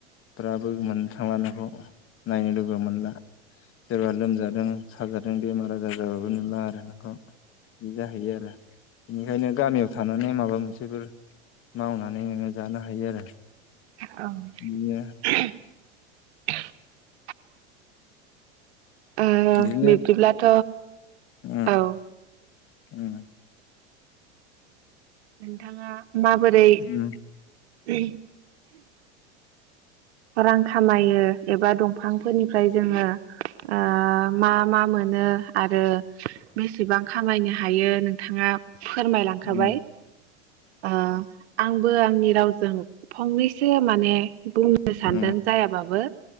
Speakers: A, on the left (about 40°); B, on the right (about 70°).
A: ब्राबो मोननो थांला नोंखौ नायनो लुगैबाबो मोनला सोरबा लोमजादों साजादों बेमार आजार जाबाबो नुला आरो नोंखौ बिदि जाहैयो आरो। बेनिखायनो गामियाव थानानै माबा मोन सेफोर मावनानै नोङो जानो हायो आरो।
B: औ।
A: बिदिनो
B: ओह
A: बिदिनो
B: बिब्दिब्लाथ'
A: उम
B: औ।
A: उम।
B: नोंथाङा माबोरै
A: उम
B: <inaudible> रां खामायो एबा दंफांफोरनिफ्राय जोङो ओह मा मा मोन मोन आरो बेसेबां खामायनो हायो नोंथाङा फोरमायलांखाबाय।
A: उम उम ओ
B: आह। आंबो आंनि रावजों फंनैसो माने बुंनो सानदों
A: उम
B: जायाबाबो